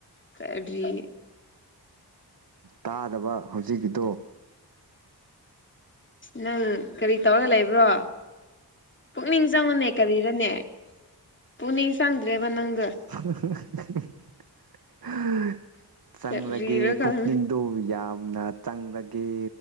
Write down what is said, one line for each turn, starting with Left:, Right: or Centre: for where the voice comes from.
Left: ꯀꯔꯤ
Right: ꯇꯥꯅꯕ ꯍꯧꯖꯤꯛꯀꯤꯗꯣ
Left: ꯅꯪ ꯀꯔꯤ ꯇꯧꯔꯒ ꯂꯩꯕ꯭ꯔꯣ ꯄꯨꯛꯅꯤꯡ ꯆꯪꯉꯨꯅꯦ ꯀꯔꯤꯔꯅꯦ ꯄꯨꯛꯅꯤꯡ ꯆꯪꯗ꯭ꯔꯦꯕ ꯅꯪꯗꯣ
Right: <unintelligible> ꯆꯪꯂꯒꯦ
Left: ꯀꯔꯤꯔ ꯈꯪ
Right: ꯄꯨꯛꯅꯤꯡꯗꯣ ꯌꯥꯝ ꯌꯥꯝꯅ ꯆꯪꯂꯒꯦ